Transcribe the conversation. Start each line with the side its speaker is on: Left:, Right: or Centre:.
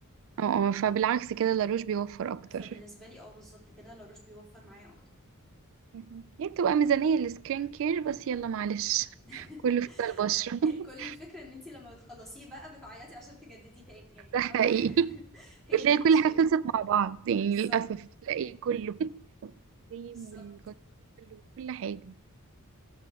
Right: اه اه فبالعكس كده لاروش بيوفر اكتر
Centre: فبالنسبة لي اه بالظبط كده لاروش بيوفر معايا اكتر
Right: مهم. هي بتبقى ميزانية للسكين كير بس يلا معلش
Centre: <laughs>
Right: كله في البشرة <laughs>
Centre: هي كل الفكرة ان انت لما بتخلصيه بقى بتعيطي عشان تجدديه تاني يعني
Right: ده حقيقي
Centre: فاهمة <laughs> هي
Right: وتلاقي
Centre: دي المشكلة
Right: كل حاجة خلصت مع بعض يعني
Centre: بالظبط
Right: للأسف تلاقي كله الكريم
Centre: بالظبط
Right: والغسيل وكل حاجة